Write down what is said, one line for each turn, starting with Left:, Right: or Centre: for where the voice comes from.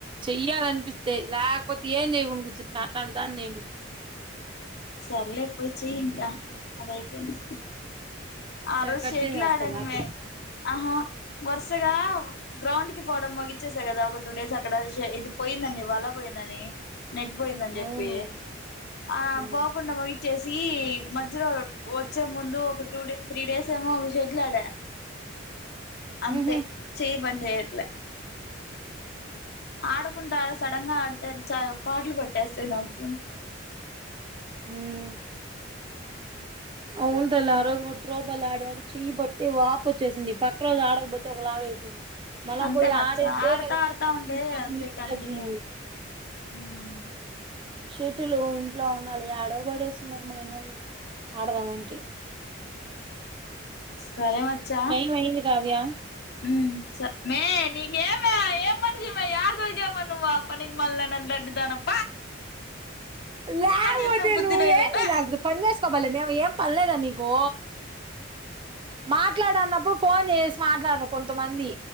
Right: చెయ్యాలనిపిస్ తే లేకపోతే ఏం చేయకుండా కూర్చునా నా తల్దాన్ నేను
Left: సర్లే ఇప్పుడు చెయ్ గా అదైపోయింది ఆ
Right: సరే
Left: రోజు
Right: కట్
Left: సెట్లు
Right: చేసేస్తాలే
Left: ఆడాను
Right: ఆపేయ్.
Left: మే ఆహా వరుసగా గ్రౌండ్కి కి పోవడం ముగిచ్చేసా కదా ఒక టూ డేస్ అక్కడ ఇది పోయిందడి వాళ్ళ పోయిందని నెట్ పోయిందని చెప్పు
Right: అవును
Left: పోయి ఆ
Right: హ్మ్
Left: పోకుండా మరి చేసి మధ్యలో వచ్చే ముందు ఒక టూ డే త్రీ డేస్ ఏమో షట్లాడ
Right: హుహు
Left: అంతే చే పని చేయట్లే ఆడకుంటా సడన్ గా ఆడతారు చాలా పాటలు పడి ఆసే నాకు
Right: హ్మ్మ్ అవు ఉంటలే ఆరోవు త్రూ బాగ ఆడాడి చెయ్యి పట్టి వాపొచ్చేసింది పక్క రోజు ఆడకపోతే ఒకలాగ అయిపోయింది మళ్ళా
Left: అంతే
Right: పోయి
Left: మచ్చ
Right: ఆడైతే
Left: ఆడతా ఆడతా ఉంటే
Right: నుంచునప్పుడు
Left: అంతే
Right: నొప్పి
Left: కంటిన్యూ
Right: తగ్గింది.
Left: అ
Right: షటిల్ ఇంట్లో ఉండాలి యాడో పడేస్తున్నారు మా ఇళ్లలో ఆడదామంటి
Left: సరే మచ్చా
Right: టైం అయింది కావ్య.
Left: హ్మ్మ్ మే నీకేమ ఏ మనిష మే యాడ దొరికావు మరి నువ్వా పనికి మాల్దాన నడ్డిదాన
Right: ల్యాకపోతే
Left: చెప్పిన బుద్ధి
Right: నువ్
Left: లేదు
Right: ఏంది
Left: పా
Right: నాకు పని చెస్ <unintelligible> మేము ఏం పనిలేదా నీకు మాట్లాడన్నప్పుడు ఫోన్ చేసి మాట్లాడరు కొంతమంది